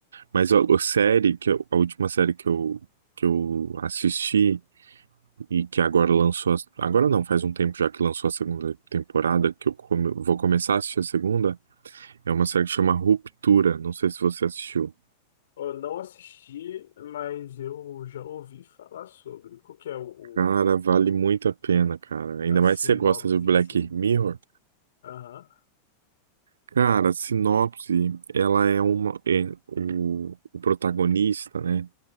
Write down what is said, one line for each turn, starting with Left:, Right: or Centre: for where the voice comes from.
Right: Mas a, a série, que eu- a última série que eu, que eu assisti e que agora lançou. a- agora não, faz um tempo já que lançou a segunda temporada, que eu come- vou começar a assistir a segunda. É uma série que chama Ruptura. Não sei se você assistiu.
Left: Eu não assisti, mas eu já ouvi falar sobre. Qual que é o, o-
Right: Cara, vale muito a pena, cara. Ainda
Left: a sinopse,
Right: mais se você gosta de Black
Left: assim?
Right: Mirror.
Left: Aham.
Right: Cara, a sinopse, ela é uma. é- o, o protagonista, né?